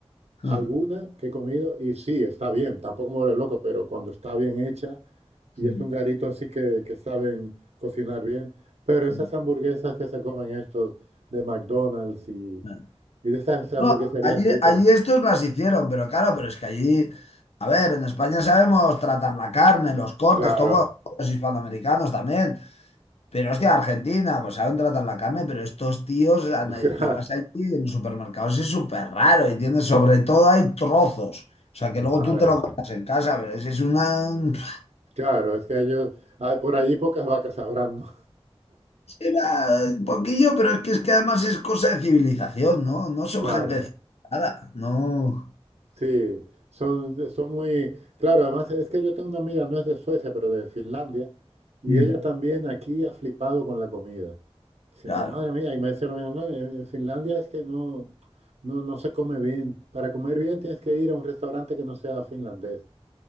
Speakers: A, on the left; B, on the right.
A: Mm,
B: Alguna que he comido y sí, está bien, tampoco me vuelve loco, pero cuando está bien hecha y
A: mm,
B: es un garito así que, que saben cocinar bien, pero esas
A: mm,
B: hamburguesas que se comen estos de McDonald's y,
A: ah.
B: y de esas hamburgueserías
A: No, allí,
B: cutres,
A: allí estos las hicieron, pero claro, pero es que allí, a ver, en España sabemos tratar la carne, los cortes,
B: claro,
A: todos los hispanoamericanos también. Pero hostia, Argentina, pues saben tratar la carne, pero estos tíos, anda,
B: <laughs>
A: y tú vas allí
B: claro,
A: en los supermercados, es súper raro, y tienes, sobre todo hay trozos. O sea,
B: madre,
A: que luego tú te lo comes en casa, pero ese es una... <laughs>
B: claro, es que ellos, hay por allí pocas vacas sabrán, ¿no?
A: era Un poquillo, pero es que, es que además es cosa de civilización, ¿no? No son
B: <laughs> claro,
A: gente civilizada, no...
B: sí, son, son muy, claro, además es que yo tengo una amiga, no es de Suecia, pero de Finlandia, y
A: Mm,
B: ella también aquí ha flipado con la comida. Siendo
A: Claro.
B: madre mía, y me decía lo mismo, no, en en Finlandia es que no, no, no se come bien. Para comer bien tienes que ir a un restaurante que no sea finlandés.